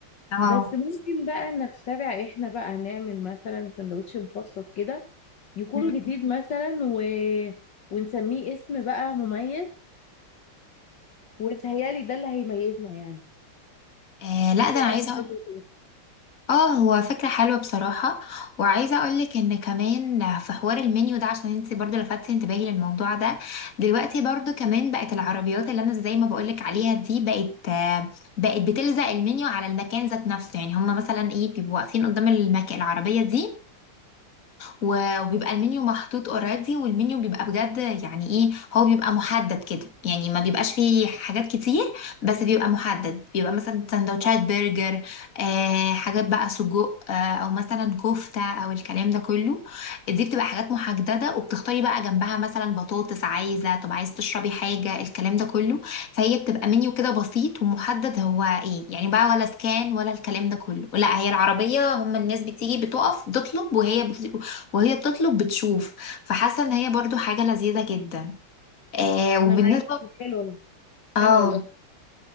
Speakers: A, on the left; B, on the left.
A: اه
B: بس ممكن بقى نخترع احنا بقى نعمل مثلا سندوتش مخصص كده يكون
A: مم.
B: جديد مثلا و... ونسميه اسم بقى مميز وبيتهيألي ده اللي هيميزنا يعني
A: آه لا
B: انت
A: ده
B: إيه
A: انا
B: رايك
A: عايزه
B: في الفكرة كده
A: اه هو فكرة حلوة بصراحة وعايزة اقولك ان كمان في حوار المنيو ده عشان انت برضو لفتت انتباهي للموضوع ده دلوقتي برضو كمان بقت العربيات اللي انا زي ما بقولك عليها دي بقت آه، بقت بتلزق المنيو على المكان ذات نفسه يعني هما مثلا ايه بيبقوا واقفين قدام المك... العربية دي و- وبيبقى المنيو محطوط اوريدي والمنيو بيبقى بجد يعني ايه هو بيبقى محدد كده يعني ما بيبقاش فيه حاجات كتير بس بيبقى محدد بيبقى مثلا سندوتشات برجر آه حاجات بقى سجق آه او مثلا كفتة او الكلام ده كله دي بتبقى حاجات محددة وبتختاري بقى جنبها مثلا بطاطس عايزة طب عايز تشربي حاجة الكلام ده كله فهي بتبقى منيو كده بسيط ومحدد هو ايه يعني بقى ولا سكان ولا الكلام ده كله لا هي العربية هم الناس بتيجي بتقف بتطلب وهي وهي بتطلب بتشوف فحاسه ان هي برضو حاجه لذيذه جدا آه
B: انا
A: وبالنسبه
B: معاك حلو والله.
A: اه
B: حلو والله